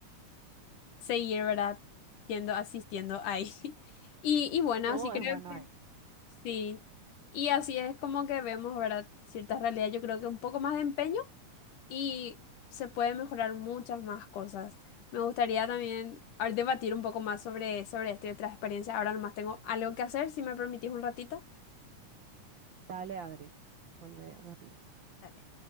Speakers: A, on the left; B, on the right.
A: seguir, ¿verdad? Yendo, asistiendo ahí. <laughs> Y, y bueno,
B: Todo
A: así creo
B: es bueno
A: que
B: ahí.
A: sí. Y así es como que vemos, ¿verdad? Ciertas realidades, yo creo que un poco más de empeño y se puede mejorar muchas más cosas. Me gustaría también a ver, debatir un poco más sobre, sobre esto y otras experiencias. Ahora nomás tengo algo que hacer, si me permitís un ratito.
B: Dale, Adri. Vuelve rápido.
A: Dale.